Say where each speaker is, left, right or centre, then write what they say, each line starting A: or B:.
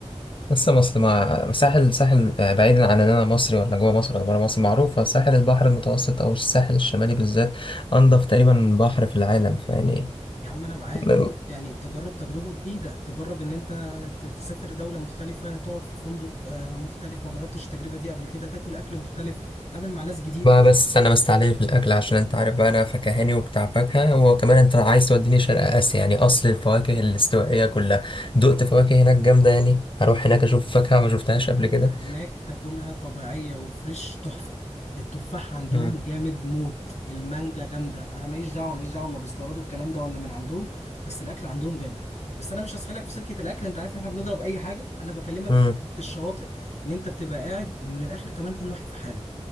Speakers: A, on the left; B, on the left.
A: لسه مصر مع ساحل ساحل بعيدا عن ان انا مصري ولا جوه مصر ولا بره مصر معروفه ساحل البحر المتوسط او الساحل الشمالي بالذات انضف تقريبا بحر في العالم فيعني
B: يا عم انا معاك
A: بقى
B: يعني تجرب تجربه جديده تجرب ان انت ت- تسافر دوله مختلفه تقعد في فندق آه، مختلف ما جربتش التجربه دي قبل كده تاكل اكل مختلف تتعامل مع ناس جديده
A: بس انا مستعلي في الاكل عشان انت عارف بقى انا فكهاني وبتاع فاكهه وكمان انت عايز توديني شرق اسيا يعني اصل الفواكه الاستوائيه كلها دقت فواكه هناك جامده يعني هروح هناك اشوف فاكهه ما شفتهاش
B: الفاكهة
A: قبل كده
B: هناك تاكلها طبيعية وفريش تحفة التفاح عندهم
A: مم.
B: جامد موت المانجا جامدة أنا ماليش دعوة ماليش دعوة هما بيستوردوا الكلام ده ولا من عندهم بس الأكل عندهم جامد بس أنا مش هسحلك في سكة الأكل أنت عارف إن إحنا بنضرب أي حاجة أنا بكلمك
A: <laughs> مم.
B: في سكة الشواطئ إن أنت بتبقى قاعد من الآخر كمان كل واحد في حاله